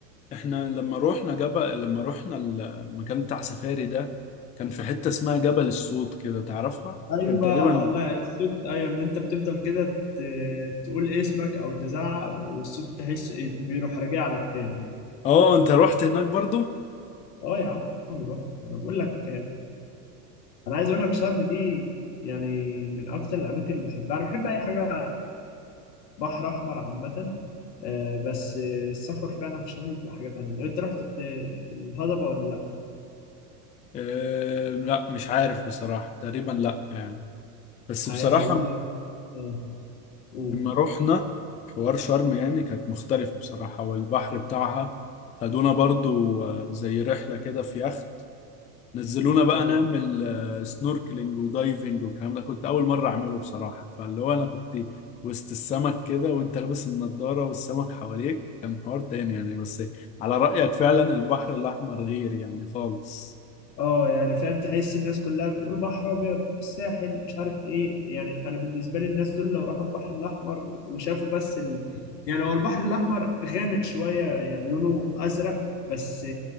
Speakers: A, on the left; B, on the left.
A: احنا لما روحنا جبل لما روحنا المكان بتاع سفاري ده كان في حتة اسمها جبل الصوت كده تعرفها
B: ايوه
A: كان تقريبا
B: الله يعني الصوت ايوه ان انت بتفضل كده ت- تقول اسمك او تزعق والصوت تحس بيروح راجع لك تاني
A: اه انت رحت هناك برضو
B: اه يا عم رحت انا بقول لك <laughs> انا عايز اقول لك شرم دي يعني من اكتر الاماكن اللي بحبها انا بحب اي حاجه بحر احمر عامه آه، بس آه، السفر فعلا في شرم بيبقى حاجه تانية لو انت رحت ال- الهضبه ولا لا
A: اه... لا مش عارف بصراحة تقريبا لا يعني بس
B: عايز
A: بصراحة
B: اقول لك آه، قول
A: لما روحنا حوار شرم يعني كانت مختلفة بصراحة والبحر بتاعها خدونا برضو آه، زي رحلة كده في يخت نزلونا بقى
B: آه،
A: نعمل آه، سنوركلينج ودايفنج والكلام ده كنت اول مره اعمله بصراحه فاللي هو انا كنت وسط السمك كده وانت لابس النضاره والسمك حواليك كان حوار تاني يعني بس على رايك فعلا البحر الاحمر غير يعني خالص
B: اه يعني فاهم تحس الناس كلها بتقول بحر ابيض الساحل مش عارف ايه يعني انا بالنسبه لي الناس دول لو راحوا البحر الاحمر وشافوا بس ال... يعني هو البحر الاحمر غامق شويه يعني لونه ازرق بس